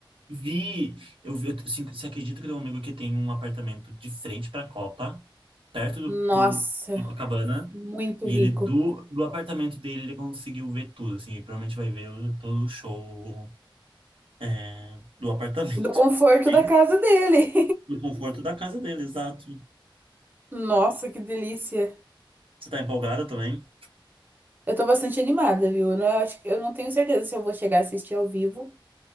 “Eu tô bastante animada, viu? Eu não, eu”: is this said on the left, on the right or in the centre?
Right